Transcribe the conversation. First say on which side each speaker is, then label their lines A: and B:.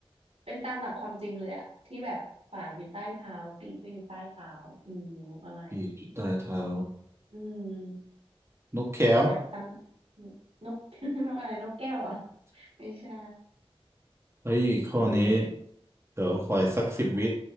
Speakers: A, on the right; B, on the right.
A: เป็นตามหลักความจริงเลยอะที่แบบปากอยู่ใต้เท้าปีกก็อยู่ใต้เท้าอืมนกอะไร
B: ปีกอยู่ใต้เท้า
A: อืม
B: นกแก้ว
A: แบบตามนก <laughs> นกอะไรนกแก้วเหรอไม่ใช่
B: เฮ้ยข้อนี้
A: เออ
B: เดี๋ยวขออีกสักสิบวิ